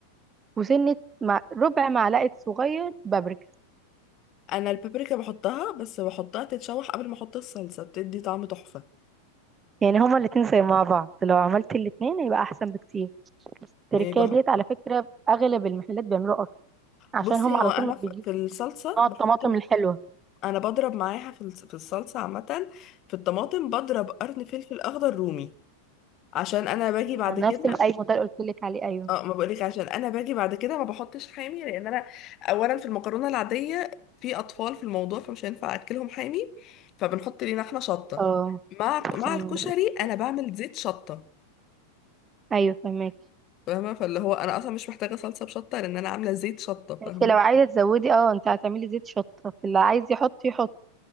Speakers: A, on the right; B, on the left.
A: وسنة مع ربع معلقة صغير بابريكا
B: انا البابريكا بحطها بس بحطها تتشوح قبل ما احط الصلصه بتدي طعم تحفه
A: يعني هما الاتنين زي مع بعض لو عملت الاتنين هيبقى احسن بكتير التركية
B: يعني بح...
A: ديت على فكرة اغلب المحلات بيعملوها اصلا عشان
B: بصي
A: هم
B: هو
A: على
B: انا
A: طول مش
B: ف-
A: بيجيبوا
B: في الصلصه
A: نوع
B: بحط
A: الطماطم الحلوة
B: انا بضرب معاها في الص- في الصلصه عامه في الطماطم بضرب قرن فلفل اخضر رومي عشان انا باجي بعد
A: نفس
B: كده
A: الايوه ده اللي قلت لك عليه ايوه
B: اه ما بقولك عشان انا باجي بعد كده ما بحطش حامي لان انا اولا في المكرونه العاديه في اطفال في الموضوع فمش هينفع اكلهم حامي فبنحط لينا احنا شطه
A: اه
B: مع مع
A: أمم.
B: الكشري انا بعمل زيت شطه
A: ايوه فهمك
B: فاهمه فاللي هو انا اصلا مش محتاجه صلصه بشطه لان انا عامله زيت شطه
A: انت
B: فاهمه
A: لو عايزة تزودي اه انت هتعملي زيت شطة اللي عايز يحط يحط